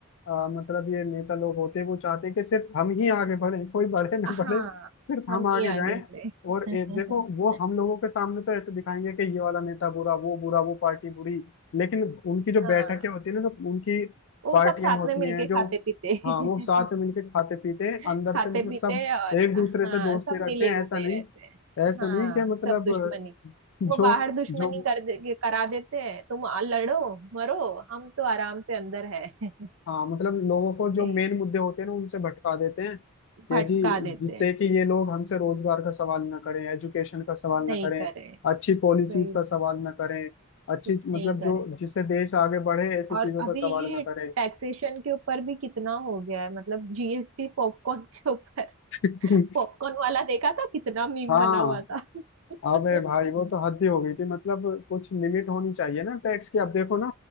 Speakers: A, on the left; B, on the right.
A: अ, मतलब ये नेता लोग होते हैं वो चाहते हैं कि सिर्फ हम ही आगे बढ़े कोई बढ़े ना
B: हाँ
A: बढ़े सिर्फ हम
B: हम
A: आगे
B: ही
A: जाएं
B: आगे बढ़े
A: और एक देखो
B: <laughs>
A: वो हम लोगों के सामने तो ऐसे दिखाएंगे कि ये वाला नेता बुरा वो बुरा वो पार्टी बुरी लेकिन उनकी जो
B: हाँ
A: बैठकें होती है ना जो उनकी
B: वो
A: पार्टियां
B: सब साथ
A: होती
B: में मिलके
A: हैं जो
B: खाते पीते <laughs>
A: हाँ वो साथ में मिलके खाते पीते हैं अंदर
B: खाते
A: से मतलब
B: पीते
A: सब
B: और
A: एक दूसरे
B: हाँ
A: से दोस्ती
B: सब
A: रखते
B: मिले
A: हैं
B: हुए
A: ऐसा नहीं
B: रहते हैं
A: ऐसा
B: हाँ
A: नहीं कि मतलब
B: सब दुश्मनी
A: जो
B: वो बाहर दुश्मनी
A: जो
B: कर दे के- करा देते हैं तुम आ- लड़ो मरो हम तो आराम से अंदर है <laughs>
A: हाँ मतलब लोगों को जो
B: नहीं
A: मेन मुद्दे होते हैं ना उनसे भटका देते हैं कि
B: भटका
A: जी
B: देते
A: जिससे
B: हैं
A: कि ये लोग हमसे रोजगार का सवाल ना करें एजुकेशन का सवाल ना
B: नहीं
A: करें
B: करे
A: अच्छी पॉलिसीज
B: नहीं
A: का सवाल ना करें अच्छी
B: कुछ
A: मतलब
B: नहीं
A: जो
B: करे
A: जिससे देश आगे बढ़े ऐसी
B: और
A: चीजों
B: अभी
A: का सवाल
B: ये
A: ना करें
B: टैक्सेशन के ऊपर भी कितना हो गया है मतलब जीएसटी पॉपकॉर्न के ऊपर
A: <laughs>
B: पॉपकॉर्न वाला देखा था कितना मीम
A: हाँ
B: बना हुआ था <laughs>
A: अबे भाई वो तो हद ही हो गई थी मतलब कुछ लिमिट होनी चाहिए ना टैक्स की अब देखो ना